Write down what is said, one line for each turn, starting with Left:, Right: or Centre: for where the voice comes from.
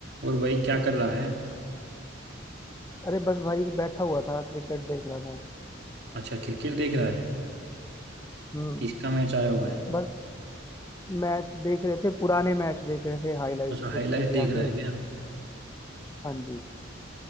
Right: और भाई क्या कर रहा है
Left: अरे बस भाई बैठा हुआ था क्रिकेट देख रहा था
Right: अच्छा क्रिकेट देख रहा है
Left: हम्म
Right: किसका मैच आया हुआ है
Left: बस मैच देख रहे थे पुराने मैच देख रहे थे हाइलाइट्स
Right: अच्छा हाईलाइट
Left: कुछ इंडिया
Right: देख रहा
Left: के
Right: है क्या
Left: हाँ जी